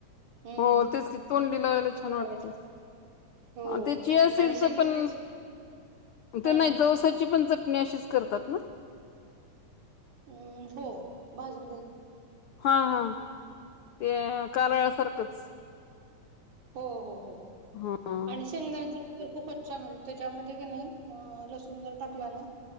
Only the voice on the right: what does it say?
हम्म
करायचं
हो
आणि शेंगदाण्याच
हा
हा
हम्म हो, भाजून घ्याल.
हो हो हो
आणि शेंगदाची? ती तर खूपच छान होईल, त्याच्यामध्ये की नाही अ लसूण जर टाकला ना